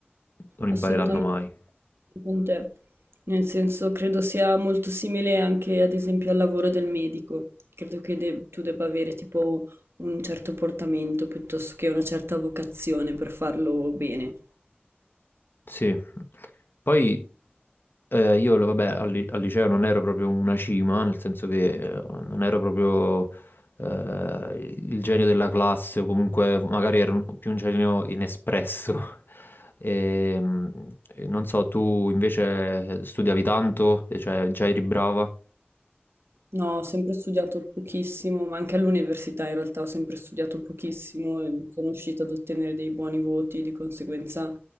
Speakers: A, on the left; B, on the right.
A: non impareranno
B: Assolutamente
A: mai.
B: con te. Nel senso, credo sia molto simile anche ad esempio al lavoro del medico. Credo che de- tu debba avere tipo un certo portamento piuttosto che una certa vocazione per farlo bene.
A: Sì. Poi eh, io, lo- vabbè, al, li- al liceo non ero proprio una cima, nel senso che eh, non ero proprio eh, il genio della classe, o comunque magari ero un- più un genio inespresso. <laughs> E, mm, e non so, tu invece studiavi tanto, e cioè già eri brava?
B: No, ho sempre studiato pochissimo, ma anche all'università in realtà ho sempre studiato pochissimo e sono riuscita ad ottenere dei buoni voti, di conseguenza